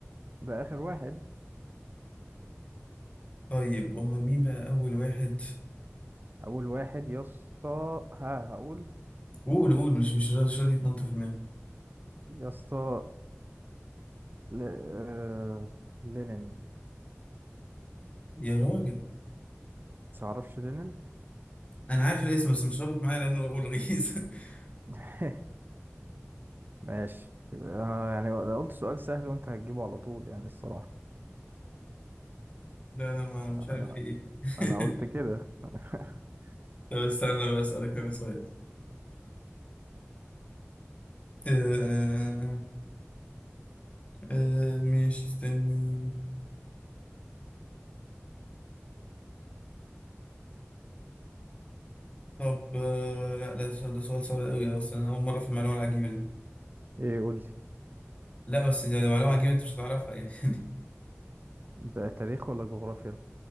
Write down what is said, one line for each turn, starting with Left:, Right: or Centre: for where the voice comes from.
Right: ده آخر واحد
Left: طيب أمال مين بقى أول واحد
Right: أول واحد يا اسطى ها هقول
Left: قول قول مش مش راضي- مش راضي يتنطط في دماغي
Right: يا اسطى ل... آه... لينين
Left: يا راجل
Right: متعرفش لينين
Left: أنا عارف الاسم بس مش رابط معايا لأنه أول رئيس <laughs>
Right: <laughs> ماشي آه يعني أنا يعني قلت سؤال سهل وأنت هتجيبه على طول يعني الصراحة
Left: لا لا ما مش عارف
Right: أنا
Left: في إيه <laughs>
Right: انا قلت كده <laughs>
Left: طب استنى بقى أسألك أنا سؤال آه، آه، آه. آه ماشي استنى طب آه لا لا ده سؤال ده سؤال صعب قوي اصلا انا اول مره في المعلومه العجيبه دي
Right: ايه قول لي
Left: لا بس دي دي معلومه عجيبه انت مش هتعرفها يعني <laughs>
Right: ده تاريخ ولا جغرافيا